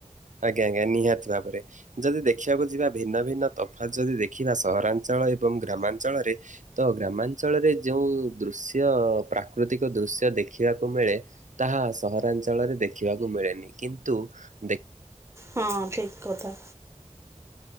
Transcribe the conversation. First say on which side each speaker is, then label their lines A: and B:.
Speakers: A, on the right; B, on the right.
A: ଆଜ୍ଞା ଆଜ୍ଞା ନିହାତି ଭାବରେ ଯଦି ଦେଖିବାକୁ ଯିବା ଭିନ୍ନ ଭିନ୍ନ ତଫାତ୍ ଯଦି ଦେ ଖିବା ସହରାଞ୍ଚଳ ଏବଂ ଗ୍ରାମାଞ୍ଚଳରେ ତ ଗ୍ରାମାଞ୍ଚଳରେ ଯେଉ ଦୃଶ୍ୟ ପ୍ରାକୃତିକ ଦୃଶ୍ୟ ଦେଖିବାକୁ ମିଳେ। ତାହା ସହରାଞ୍ଚଳରେ ଦେଖିବାକୁ ମିଳେନି କିନ୍ତୁ ଦେ
B: ହଁ ଠିକ୍ କଥା।